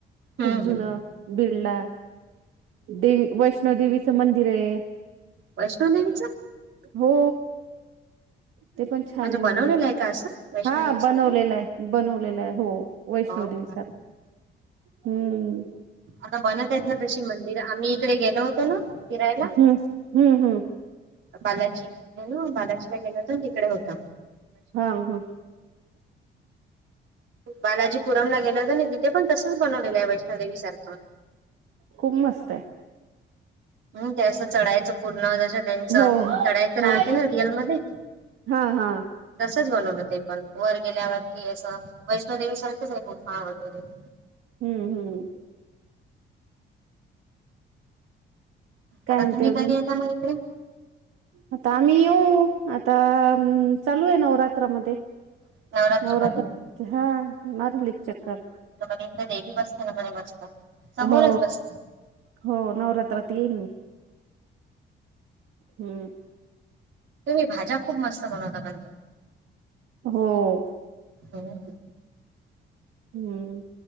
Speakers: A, on the right; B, on the right.
A: हम्म
B: खूप जुनं बिडला देवी वैष्णव देेवीचं मंदिर आहे
A: वैष्णो देेवीच
B: हो ते पण छान
A: म्हणजे
B: आहे
A: बनवलेलं
B: मंदिर
A: का असं वैष्णोदेवी
B: हा
A: सारखं
B: बनवलेलं आहे बनवलेलं आहे हो वैष्णोदेवी
A: हो का
B: सारखं हम्म
A: आता बनत मंदिर आम्ही इकडे गेलो होतो ना फिरायला
B: हम्म हम्म हम्म
A: बालाजी ना बालाजी ला गेला हो तर तिकडे होता
B: हा हम्म
A: बालाजी पुरमला गेला तर आणि तिथे पण तसच बनवलेलं आहे वैष्णोदेवी सारखं
B: खूप मस्त आहे
A: हम् त्यास चढाय पूर्ण ज त्यांच चढायच
B: हो हो
A: राहते ना रियल मधे
B: हा हा
A: बनवलं ते पण वर गेल्यावर की असं वैष्णोदेवी सारखेच आहे ना गुफा वगैरे
B: हम्म हम्म काय
A: आता
B: म्हणते
A: तुम्ही
B: अजून
A: कधी येता म हिकडे?
B: आता आम्ही येऊ आता चालू आहे नवरात्रामध्ये.
A: नवरात्रमध्ये
B: नवरात्र हा मारील एक चक्कर.
A: तर देवी बसते ना मणे मस्त. समोरच
B: हो
A: बसते
B: हो नवरात्रात येईन मी. हम्म.
A: तुम्ही भाज्या खूप मस्त बनवता <unintelligible>
B: हो.
A: हम्म.
B: हम्म